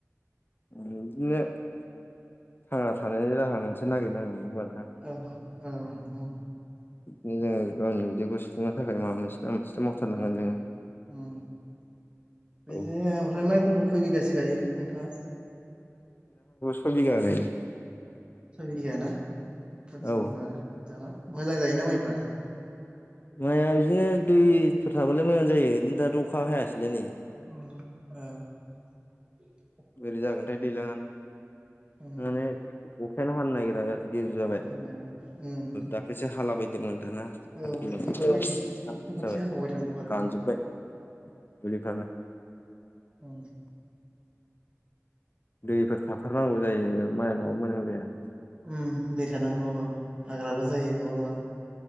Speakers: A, on the left (about 40°); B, on the right (about 20°).
A: बिदिनो थांना थानायनि राहा मोनसे नागिरनांगोन होमबा नोंथां
B: औ औ उम
A: बिदिनो जोङो गावनि उदैखौ सुुफुंनो थाखाय माबा मोनसे ना मोनसेथ' मावथारनांगोन
B: उम
A: जोङो
B: उम बिदिनो
A: औ
B: ओमफ्राय माइफोरखौ खय बिगासो गायो नोंथाङा
A: सइ बिगा गायो
B: सइ बिगा ना होनबा
A: औ
B: बुरजाना मोजां जायोना माइफ्रा
A: माइआ बिदिनो दैफोर थाबालाय मोजां जायो दाथ' अखा हायासैलाय नै
B: आ
A: बोरै जागोनथाय दैज्लांआ
B: उम
A: माने अखायानो हानो नागिरा बिदि जाबाय
B: हानाया उम
A: दाख्लैसो हाला बायदोंमोन। रानजोबबाय
B: औ बेफोरबायदि खनसे खनसे हाखावबाय थानांगौ आरो
A: दुलिखारना
B: औ
A: दैफोर थाथारनांगौ जायो माइआ नङाबा मोजां जाया।
B: उम‌ दै थानांगौ औ हाग्राबो जायो नङाबा।